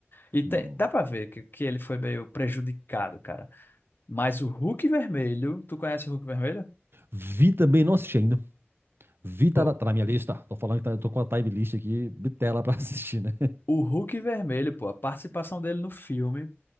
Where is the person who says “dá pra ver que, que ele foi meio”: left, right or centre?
Left